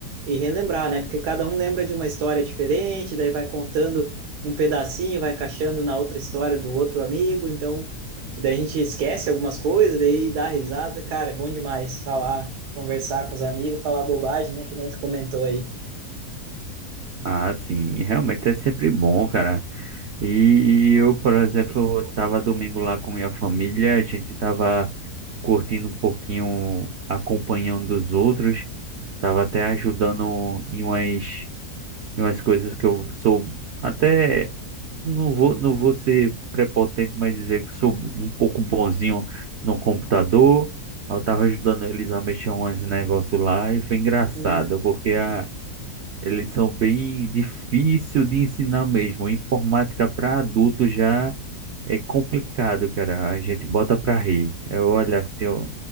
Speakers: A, on the right; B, on the right.
A: e relembrar, né? Porque cada um lembra de uma história diferente, daí vai contando um pedacinho, vai encaixando na outra história do outro amigo, então daí a gente esquece algumas coisas, daí dá risada. Cara, é bom demais falar, conversar com os amigos, falar bobagem, né? Que nem tu comentou aí.
B: Ah, sim, realmente é sempre bom, cara. E, e eu, por exemplo, estava domingo lá com minha família, a gente estava curtindo um pouquinho, acompanhando os outros, estava até ajudando em umas, em umas coisas que eu sou até, não vou, não vou ser prepotente, mas dizer que sou um pouco bonzinho no computador. Eu estava ajudando eles a mexer uns negócios lá e foi engraçado,
A: Hum.
B: porque a, eles são bem difícil de ensinar mesmo. Informática para adulto já. É complicado, cara. A gente bota pra rir. Eu olho assim, ó.